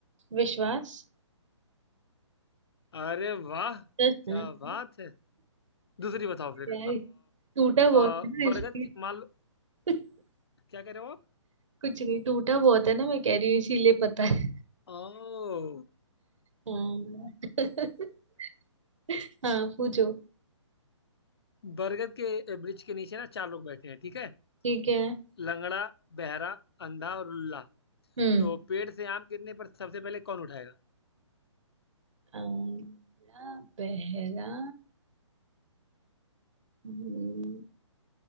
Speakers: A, on the right; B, on the left.
A: विश्वास
B: अरे वाह
A: <laughs>
B: क्या बात है दूसरी बताओ फिर
A: यार टूटा बहुत
B: आ,
A: है ना
B: बरगद
A: इसलिए
B: के- मान लो
A: <laughs>
B: क्या कह रहे हो आप
A: कुछ नहीं टूटा बहुत है ना मैं कह रही हूँ इसीलिए पता है
B: ओ
A: हाँ <laughs> हाँ पूछो
B: बरगद के वृक्ष के नीचे ना चार लोग बैठे हैं ठीक है
A: ठीक है
B: लंगड़ा बहरा अंधा और लुल्ला
A: हम्म
B: तो पेड़ से आम गिरने पर सबसे पहले कौन उठाएगा
A: आंवला बहरा हम्म,